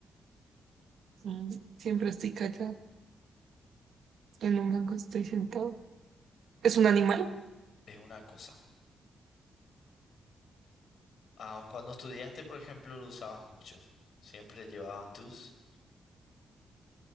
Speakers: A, on the right (about 65°); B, on the left (about 60°).
A: Mm, siempre estoy callado. En un banco estoy sentado. ¿Es un animal?
B: Es una cosa. Aun cuando estudiaste, por ejemplo, lo usabas mucho. Siempre llevabas tus,